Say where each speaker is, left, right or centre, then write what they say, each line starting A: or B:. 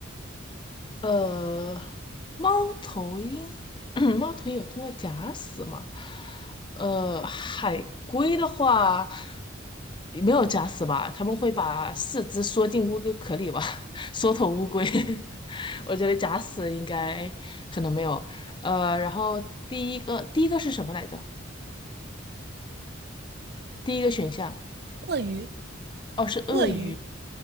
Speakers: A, on the left (about 25°); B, on the right (about 55°).
A: 呃，猫头鹰，<clears throat> 猫头鹰有通过假死吗？呃，海龟的话也没有假死吧？他们会把四肢缩进乌龟壳里吧？<laughs> 缩头乌龟，<laughs> 我觉得假死应该可能没有。呃，然后第一个第一个是什么来着？第一个选项
B: 鳄鱼，
A: 哦是鳄鱼，
B: 鳄鱼，